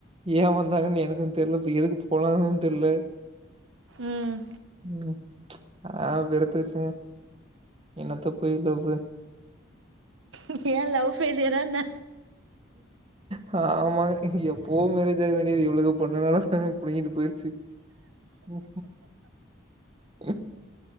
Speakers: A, on the right; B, on the right.
A: ஏன் வந்தாங்கன்னு எனக்கும் தெரியல இப்ப எதுக்கு போனாங்கனும் தெரியல
B: ம்
A: ஹ்ம் ஆஹ் வெறுத்துருச்சுங்க என்னத்தப்போயி லவ்வு
B: ம் ஏன் லவ்ஃபெய்லியரா என்ன
A: ஹ ஆமாங்க எப் <unintelligible> இவளுக பொண்ணுங்களா <unintelligible> புடிங்கிட்டு போய்டுச்சு உ உ